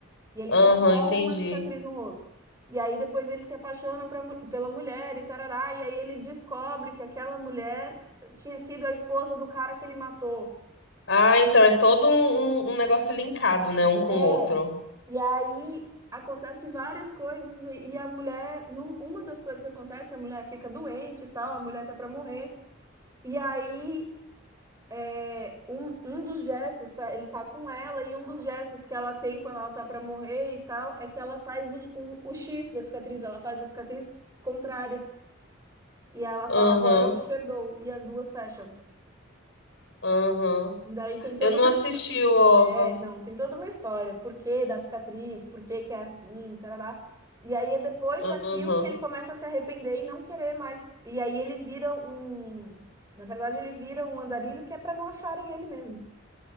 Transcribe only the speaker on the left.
Aham,
entendi.
Ah, então é todo um, um um negócio linkado, né? Um com
o outro.
Aham.
Aham.
Eu não
assisti
o OVA.
Aham.